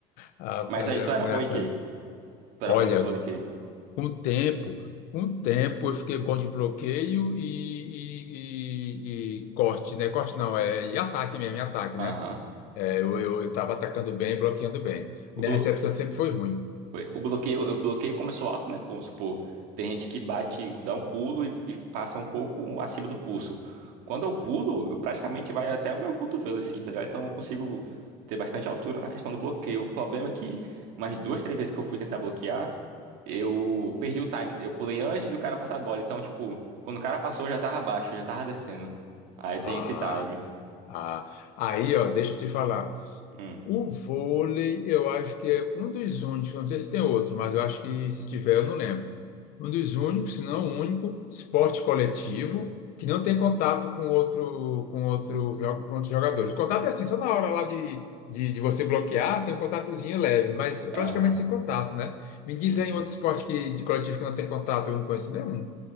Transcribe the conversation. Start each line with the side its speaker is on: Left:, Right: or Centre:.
Left: Ah, Rapaz,
Right: Mas aí
Left: era
Right: tu
Left: muito
Right: era
Left: engraçado.
Right: bom em quê? Tu
Left: Olha,
Right: era bom no vôlei em quê?
Left: com o tempo, com o tempo eu fiquei bom de bloqueio e, e- e- e corte, né? Corte não, é e ataque mesmo, e ataque,
Right: Aham.
Left: né? É, eu, eu, eu tava atacando bem, bloqueando bem. Minha
Right: O, blo...
Left: recepção sempre foi ruim.
Right: foi, o bloqueio, o bloqueio começou alto, né? Vamos supor, tem gente que bate, dá um pulo e, e passa um pouco acima do pulso. Quando eu pulo, eu praticamente vai até o meu cotovelo, assim, tá ligado? Então eu consigo ter bastante altura na questão do bloqueio. O problema é que umas duas, três vezes que eu fui tentar bloquear, eu perdi o time. Eu pulei antes do cara passar a bola. Então, tipo, quando o cara passou, eu já tava abaixo, eu já tava descendo. Aí
Left: Ah,
Right: tem esse time.
Left: ah. Aí, ó, deixa eu te falar.
Right: Hum,
Left: O vôlei, eu acho que é um dos únicos, eu não sei se tem outro, mas eu acho que se tiver, eu não lembro. Um dos únicos, se não o único, esporte coletivo que não tem contato com outro, com outro, jo- com outros jogadores. O contato é assim, só na hora lá de, de, de você bloquear, tem um contatozinho leve, mas é
Right: aham,
Left: praticamente sem contato, né? Me diz
Right: sim.
Left: aí um outro esporte que, de coletivo que não tem contato, eu não conheço nenhum.